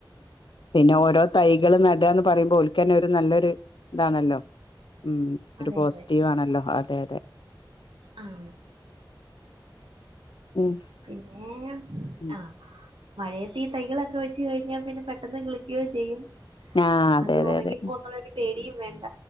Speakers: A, on the left; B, on the right.
A: പിന്നെ ഓരോ തൈ നടാന്ന് പറയുമ്പോ ഓൽക്കന്നെ ഒരു നല്ലൊരു ഇതാണല്ലോ ഉ ഒരു
B: അതെ
A: പോസിറ്റീവ്
B: അതെ
A: ആണല്ലോ അതെ അതെ
B: ആഹ്
A: ഉം
B: പിന്നെ
A: ഉം.
B: ആ മഴയത്ത് ഈ തൈകളൊക്കെ വെച്ച് കഴിഞ്ഞാൽ പിന്നെ പെട്ടെന്ന് കിളിക്കും ചെയ്യും
A: ആഅതെ
B: അത്
A: അതെ
B: ഉണങ്ങിപ്പോന്നുള്ളൊരു
A: അതെ
B: പേടിയും വേണ്ട